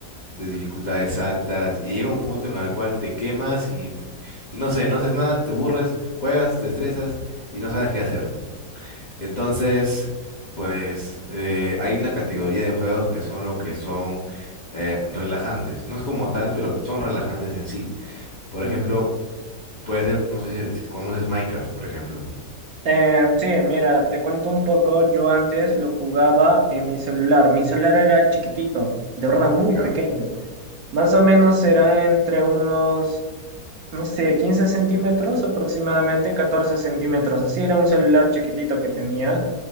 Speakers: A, on the left (about 40°); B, on the right (about 65°).
A: de dificultades altas, y llega un punto en el cual te quemas y, y no sé, no haces nada, te aburres, juegas, te estresas y no sabes qué hacer. Entonces, pues eh, hay una categoría de juegos que son lo que son eh, relajantes. No es como tal, pero son relajantes en sí. Por
B: Ujú.
A: ejemplo, puede ser, no sé si, si conoces Minecraft, por ejemplo.
B: Eh, sí, mira, te cuento un poco, yo antes lo jugaba en mi celular, mi celular era chiquitito, de verdad muy
A: Ya.
B: pequeño, más o menos era entre unos no sé, 15 centímetros, aproximadamente 14 centímetros. Así era un celular chiquitito que tenía